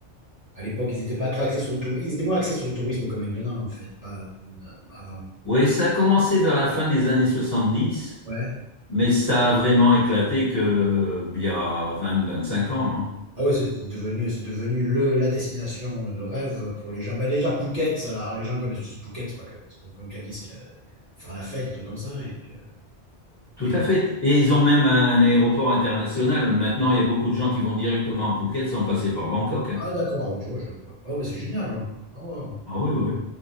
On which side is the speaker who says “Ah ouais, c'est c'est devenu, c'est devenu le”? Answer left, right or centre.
Right